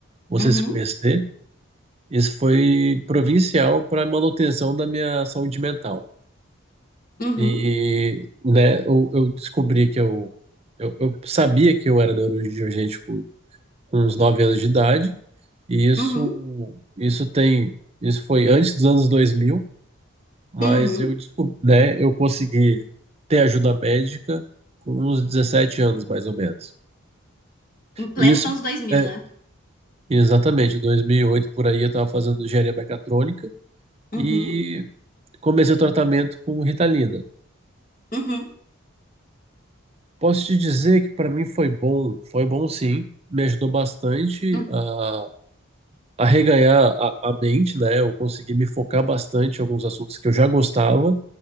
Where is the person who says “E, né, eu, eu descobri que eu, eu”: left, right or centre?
Right